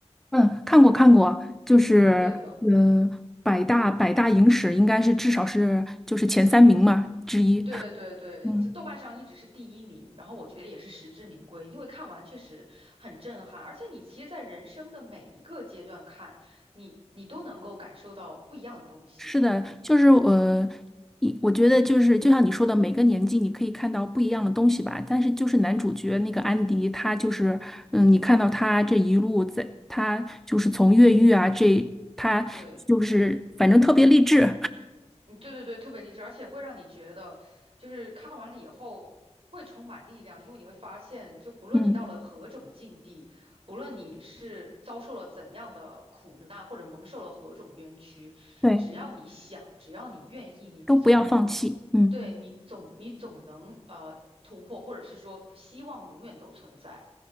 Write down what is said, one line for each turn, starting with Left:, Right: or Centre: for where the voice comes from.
Centre: 嗯，看过看过，就是呃，
Right: 对的。
Centre: 百大百大影史应该是至少是就是前三名嘛之一。
Right: 对对对，
Centre: 嗯。
Right: 这豆瓣上一直是第一名，然后我觉得也是实至名归，因为看完确实很震撼，而且你其实，在人生的每一个阶段看，你你都能够感受到不一样的东西。
Centre: 是的，就是呃，一我觉得就是就像你说的，每个年纪你可以看到不一样的东西吧。但是就是男主角那个安迪，他就是嗯，你看到他这一路在，他就是从越狱啊，这他就是反正特别励志，
Right: 对。嗯，对对对，特别励志，而且会让你觉得，就是看完了以后会充满力量，因为你会发现，就不论你到了何种境地，
Centre: <laughs> 嗯，
Right: 不论你是遭受了怎样的苦难，或者蒙受了何种冤屈，
Centre: 对，
Right: 只要你想，只要你愿意，你总能，
Centre: 都不要放弃，嗯。
Right: 对，你总你总能呃突破，或者是说希望永远都存在。